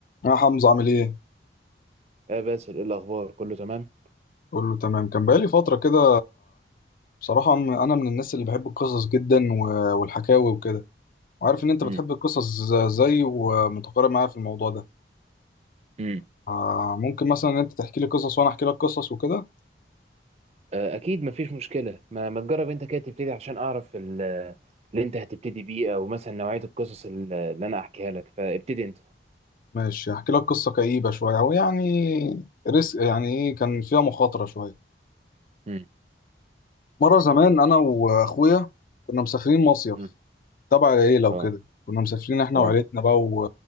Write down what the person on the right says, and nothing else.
آه باسل ايه الاخبار كله تمام
مم.
مم.
آه اكيد مفيش مشكله ما, ما تجرب انت كده تبتدي عشان اعرف ال- اللي انت هتبتدي بيه او مثلا نوعيه القصص ال- اللي انا احكيها لك فابتدي انت
مم.
مم.
اه
اه